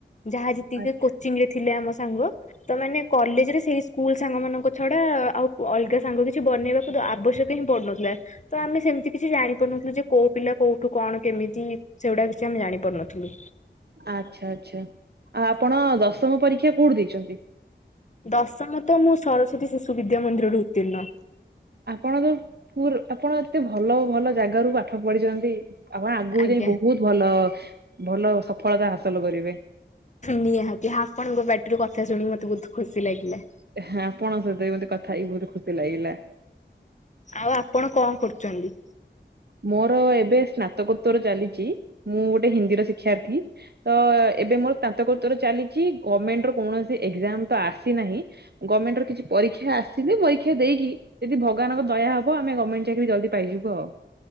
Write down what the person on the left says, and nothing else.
ଯାହା ଯେତିକି
କୋଚିଙ୍ଗ ରେ ଥିଲେ ଆମ ସାଙ୍ଗ ତ ମାନେ କଲେଜ୍ ରେ ସେଇ ସ୍କୁଲ୍ ସାଙ୍ଗ ମାନଙ୍କ ଛଡା ଆଉ ଅଲଗା ସାଙ୍ଗ କିଛି ବନେଇବା କିନ୍ତୁ ଆବଶ୍ୟକ ହିଁ ପଡ଼ୁନଥିଲା। ତ ଆମେ ସେମିତି କିଛି ଜାଣିପାରୁନଥିଲୁ ଯେ କୋଉ ପିଲା କୋଉଠୁ କଣ କେମିତି ସେଉଡା କିଛି ଆମେ ଜାଣିପାରୁନଥିଲୁ।
ଦଶମ ତ ମୁଁ ସରସ୍ଵତୀ ଶିଶୁ ବିଦ୍ୟା ମନ୍ଦିରରୁ ଉତ୍ତୀର୍ଣ୍ଣ।
ଆଜ୍ଞା
ନିହାତି ଆପଣଙ୍କ ପାଟିରୁ କଥା ଶୁଣିି ମତେ ବହୁତ ଖୁସି ଲାଗିଲା।
ଆଉ ଆପଣ କଣ କରୁଚନ୍ତି?